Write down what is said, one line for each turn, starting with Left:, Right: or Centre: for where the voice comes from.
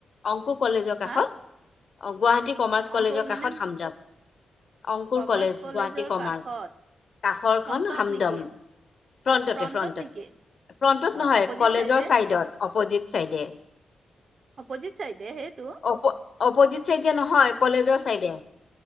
Left: অংকু কলেজৰ কাষত
Right: হা
Left: গুৱাহাটী কমাৰ্চ
Right: অংকুৰ
Left: কলেজৰ
Right: মানে
Left: কাষত হামদাম অংকুৰ
Right: কমাৰ্চ
Left: কলেজ
Right: কলেজৰ
Left: গুৱাহাটী কমাৰ্চ,
Right: কাষত
Left: কাষৰখন
Right: ফ্ৰন্টত
Left: হামদম।
Right: নেকি
Left: ফ্ৰণ্টতে
Right: ফ্ৰন্টত
Left: ফ্ৰণ্টতে।
Right: নেকি
Left: ফ্ৰণ্টত
Right: অ
Left: নহয়
Right: অপজিত
Left: কলেজৰ
Right: চাইডে
Left: চাইডত অপজিত চাইডে।
Right: অপজিত চাইডে সেইটো
Left: অ', অপজিত চাইডে নহয় কলেজৰ চাইডে।